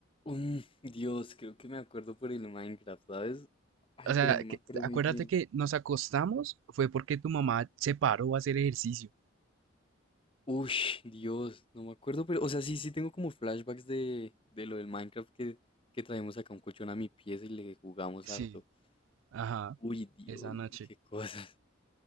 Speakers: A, on the left (about 30°); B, on the right (about 90°).
A: um Dios, creo que me acuerdo por el Minecraft, ¿sabes? Ay,
B: O sea,
A: pero no me
B: que-
A: acuerdo
B: acuérdate
A: muy bien.
B: que nos acostamos fue porque tu mamá se paró a hacer ejercicio.
A: Uy, Dios, no me acuerdo, pero, o sea, sí, sí tengo como flashbacks de, de lo del Minecraft que, que traemos acá un colchón a mi pieza y le jugamos
B: Sí,
A: harto.
B: Ajá,
A: Uy, Dios,
B: esa noche.
A: no, qué cosas.